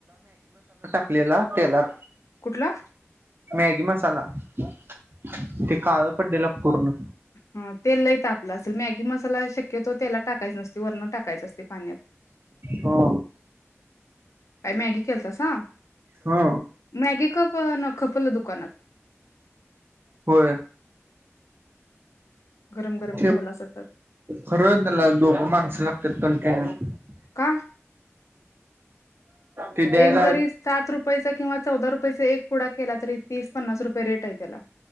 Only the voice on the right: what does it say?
केला तेलात
मॅगी मस् <unintelligible> ते काळं पडलेला पूर्ण
हो
हो
होय.
ठेव
खरं त्याला दोघ माणस ला <unintelligible>
ते द्यायला